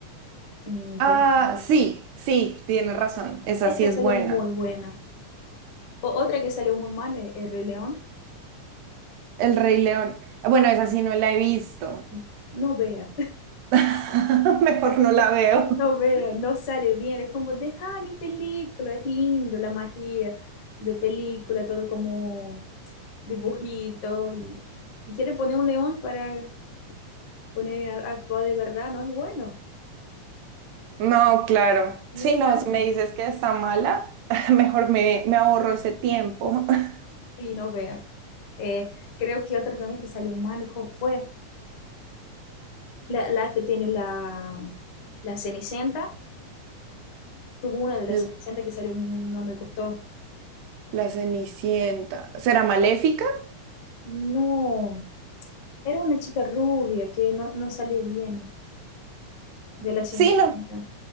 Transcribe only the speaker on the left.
en
País de Maravillas.
Esta
salió
muy buena. O- otra que salió muy mal, el, el Rey León.
No no vea.
No vean, no sale bien, es como dejar en película, es lindo la magia de película, todo como dibujito y, y quieren poner un león para poner a, actuar de verdad, no es bueno,
no
sale.
Y no vea Eh, creo que otra también que salió mal ¿cuál fue la, la que tiene la, la Cenicienta, tuvo una de las
Cenicienta que salió, mm, no me gustó.
No, era una chica rubia que no, no salió bien de la Cenicienta.